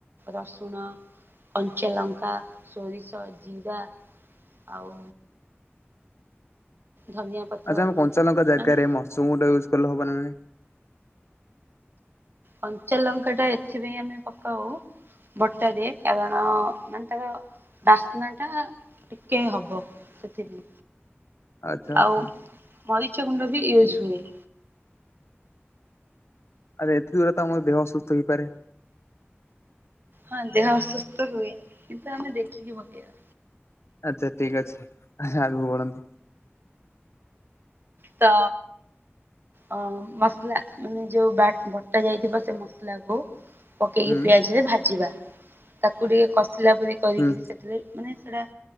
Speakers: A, on the right; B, on the left.
A: ରସୁଣ, କଞ୍ଚାଲଙ୍କା ସୋରିଷ ଜିରା ଆଉ। ଧନିଆ ପତ୍ର
B: ଆଚ୍ଛା ଆମେ କଞ୍ଚାଲଙ୍କା ଜାଗାରେ
A: ମାନେ
B: ଆମେ ମର୍ଚ ଗୁଣ୍ଡ ୟୁଜ୍ କଲେ ହବ୍ ନା ନାଇଁ?
A: କଞ୍ଚଲଙ୍କାଟା ଏଥିପାଇଁ ଆମେ ପକାଉ ବଟାରେ କାରଣ ତାର ବାସ୍ନାଟା ଟିକେ ହବ ସେଥିପାଇଁ।
B: ଆଚ୍ଛା ଆଚ୍ଛା
A: ଆଉ ମରିଚ ଗୁଣ୍ଡ ବି ୟୁଜ ହୁଏ।
B: ଆ ଏଥି ଦ୍ୱାରା ତ ଆମର ଦେହ ଅସସ୍ଥ ହେଇପାରେ।
A: ହଁ ଦେହ ଅସୁସ୍ଥ ହୁଏ କିନ୍ତୁ ଆମେ ଦେଖିକି ପକେଇବା।
B: ଆଚ୍ଛା ଠିକ ଅଛି ଆଗକୁ ବଢନ୍ତୁ।
A: ତ ଅ ମସଲା ମାନେ ଯୋଉ ବଟା ଯାଇଥିବ ସେ ମସଲାକୁ ପକେଇକି
B: ହୁଁ
A: ପିଆଜରେ ଭାଜିବା ତାକୁ ଟିକେ କଷିଲା ପରି କରିକିରି
B: ହୁଁ
A: ସେଥିରେ ମାନେ ସେଟା